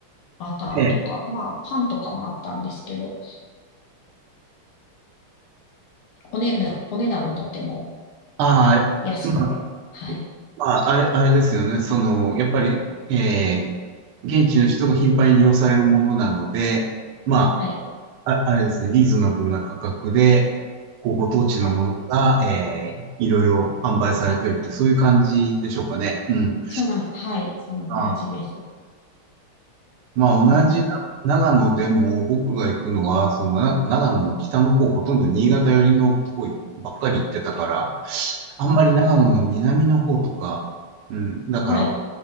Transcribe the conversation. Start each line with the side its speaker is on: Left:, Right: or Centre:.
Left: バターとか、
Right: ええ、
Left: まあ、パンとかもあったんですけど、お値段、お値段もとても
Right: ああ、
Left: 安くて、
Right: まあ、
Left: はい。
Right: まあ、あれ、あれですよね。その、やっぱり、ええ、現地の人が頻繁に利用されるものなので、ま
Left: はい。
Right: あ、あ、あれですね、リーズナブルな価格で、こう、ご当地のものが、
Left: はい。
Right: えー、いろいろ販売されてるって、そういう感じでしょうかね。うん。
Left: そんな、はい。そんな感じです。
Right: あ、まあ、
Left: あの、
Right: 同じな長野でも、僕が行くのは、その、な長野の北の方、ほとんど新潟寄りのとこばっかり行ってたから、あんまり長野の南の方とか、
Left: あ、
Right: うん、だから、
Left: はい。
Right: ど